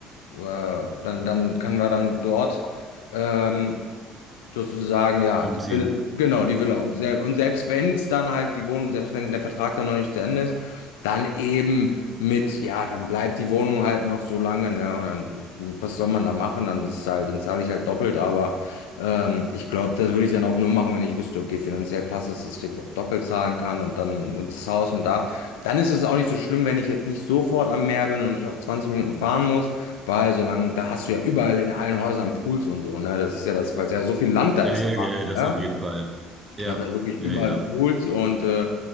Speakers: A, on the left; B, on the right.
A: äh, dann, dann können wir dann dort ähm, sozusagen, ja,
B: Umziehen.
A: die Villa, genau, die Villa. Und, sel und selbst wenn es dann halt die Wohnung, selbst wenn der Vertrag dann noch nicht zu Ende ist, dann eben mit, ja, dann bleibt die Wohnung halt noch so lange, ne? Und dann, was soll man da machen? Dann ist es halt, dann zahle ich halt doppelt, aber ähm, ich glaube, das würde ich dann auch nur machen, wenn ich wüsste, okay, finanziell passt es, dass ich jetzt auch doppelt zahlen kann und dann das Haus und da. Dann ist es auch nicht so schlimm, wenn ich jetzt nicht sofort am Meer bin und ich auch 20 Minuten fahren muss. Weil solange, da hast du ja überall in allen Häusern Pools und so, ne? Das ist ja das, weil es ja so viel Land da
B: Ja,
A: ist,
B: ja, ja,
A: ne?
B: das auf jeden Fall. Ja,
A: Also halt wirklich
B: ja,
A: überall
B: ja.
A: Pools und äh,